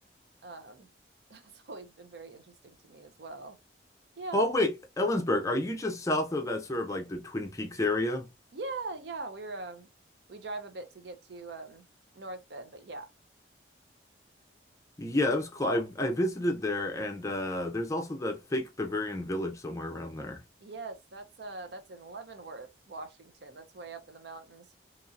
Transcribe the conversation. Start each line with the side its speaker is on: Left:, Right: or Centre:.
Right: um, <laughs> that's always been very interesting to me as well. Yeah,
Left: Oh, wait, Ellensburg, are you just south of that sort of like the Twin Peaks area?
Right: yeah, yeah. We're um, we drive a bit to get to um, North Bend, but yeah,
Left: Yeah, it was cool. I I visited there, and uh, there's also that fake Bavarian village somewhere around there.
Right: yes, that's uh, that's in Leavenworth, Washington. That's way up in the mountains.